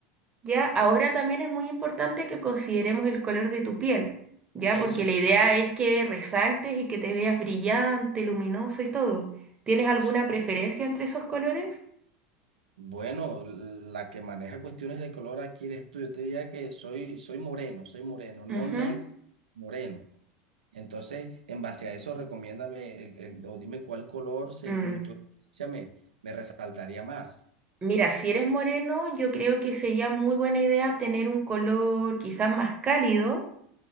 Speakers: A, on the right (about 25°); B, on the right (about 85°).
A: ¿ya? Ahora también es muy importante que consideremos el color de tu piel, ¿ya?
B: Eso.
A: Porque la idea es que resaltes y que te veas brillante, luminoso y todo. ¿Tienes alguna
B: sí.
A: preferencia entre esos colores?
B: Bueno, la que maneja cuestiones de color aquí eres tú. Yo te diría que soy, soy moreno, soy moreno, no
A: Ujú,
B: negro, moreno. Entonces, en base a eso, recomiéndame el- el- o dime cuál color, según
A: mm.
B: tu experiencia, me, me resaltaría más.
A: Mira, si eres moreno, yo creo que sería muy buena idea tener un color quizás más cálido